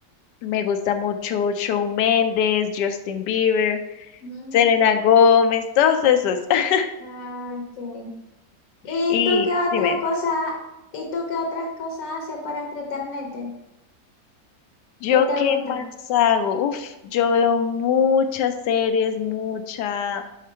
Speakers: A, on the left (about 80°); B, on the left (about 55°).
A: Me gusta mucho Shawn Mendes, Justin Bieber,
B: Mm,
A: Selena Gómez, todos esos. <laughs>
B: ah, ok. ¿Y
A: Y
B: tú qué otras
A: dime,
B: cosas, y tú qué otras cosas haces para entretenerte?
A: ¿yo
B: ¿Qué te
A: qué
B: gusta?
A: más hago? Uf, yo veo muchas series, mucha,